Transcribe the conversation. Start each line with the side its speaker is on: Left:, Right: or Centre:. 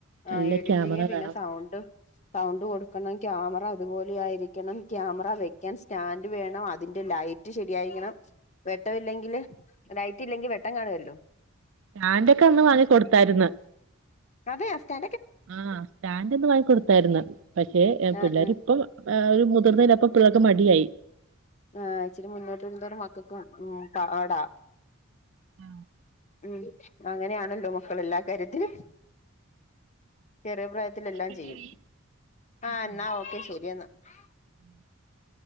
Right: നല്ല
Left: ആഹ്, എഡിറ്റിങ്
Right: ക്യാമറ
Left: പിന്നെ
Right: വേണം
Left: സൗണ്ട് സൗണ്ട് കൊടുക്കണം. ക്യാമറ അതുപോലെ ആയിരിക്കണം. ക്യാമറ വ്യ ക്കാൻ സ്റ്റന്റ് വേണം. അതിന്റെ ലൈറ്റ് ശരിയായിരിക്കണം വട്ട ഇല്ലെങ്കിൽ ലൈറ്റ് ഇല്ലെങ്കിൽ വെട്ടം കാണുവല്ലോ
Right: സ്റ്റാന്റെൊക്കെ അന്ന് വാങ്ങി കൊടുതായിരുന്ന്
Left: അതെ സ്റ്റാ
Right: ആ സ്റ്റാൻഡൊന്ന് വാങ്ങിക്കൊടുത്തായിരുന്ന്. പക്ഷേ
Left: ആഹ്
Right: പിള്ളേരിപ്പം
Left: ആഹ്
Right: ആ അവരു മുതിർന്നല്ലോ അപ്പ പിള്ളേർക്ക് മടിയായി
Left: ആ ഇച്ചിരി മുന്നോട്ടരും തോറും മക്കക്കും പാടാ
Right: ആ
Left: ഉം അങ്ങനെയാണല്ലോ മക്കളെല്ലാ കാര്യത്തിലും ചെറിയ പ്രായത്തിലെല്ലാം
Right: ന്നാ വെക്കട്ടെടി
Left: ചെയ്യും. ആഹ്
Right: ഓ
Left: ന്നാ ഓക്കെ ശരി എന്നാ ആ
Right: <inaudible>